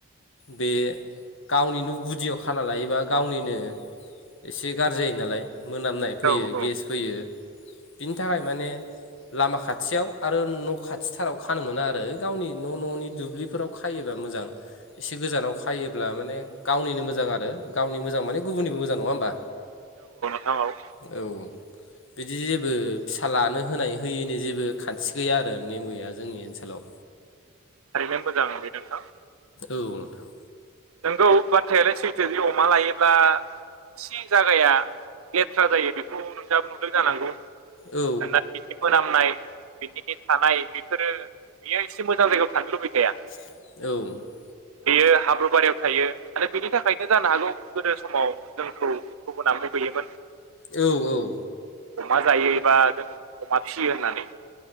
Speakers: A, on the left; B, on the right.
A: बे गावनिनो गुदियाव खाना लायोबा गावनिनो एसे गाज्रि जायो नालाय मोनामनाय फैयो
B: औ औ
A: गेस फैयो बिनि थाखाय माने लामा खाथियाव आरो न' खाथिथाराव खानो मोना आरो गावनि न' न'नि दुब्लिफोराव खायोबा मोजां एसे गोजानाव खायोब्ला माने गावनिनो मोजां आरो गावनि मोजां माने गुबुननिबो मोजां नङा होमबा
B: थाङाव
A: औ बिदि जेबो फिसा लानो होनाय होयैनि जेबो खान्थि गैया आरो नेम गैया जोंनि ओनसोलाव
B: ओरैनो मोजां बे नोंथां
A: औ नोंथां
B: नोंगौ बाथ्रायालाय सैथो बे अमा लायो ब्ला एसे जागाया लेथ्रा जायो बेखौ नोंथाङाबो नुदों जानांगौ
A: औ
B: न मोनामनाय बिसिनि थानाय बेफोरो बेयो एसे मोजां जायगायाव थांनो लुबैखाया
A: औ
B: बेयो हाब्रुुबारियाव थायो आरो बिनि थाखायनो जानो हागौ गोदो समाव जोंखौ गुबुना लुगैयोमोन
A: औ औ
B: अमा जायोबा जों अमा फियो होननानै